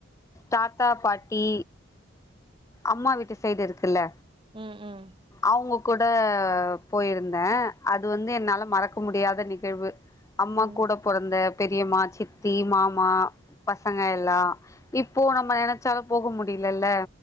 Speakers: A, on the left; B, on the right.
A: தாத்தா பாட்டி அம்மா வீட்டு சைடு இருக்குல்ல
B: உம் உம்
A: அவுங்க கூட போயிருந்தேன் அது வந்து என்னால மறக்க முடியாத நிகழ்வு அம்மா
B: ம்
A: கூட பொறந்த பெரியம்மா சித் த்தி மாமா பசங்க எல்லா இப்போ நம்ம நினைச்சாலும் போக முடியலல்ல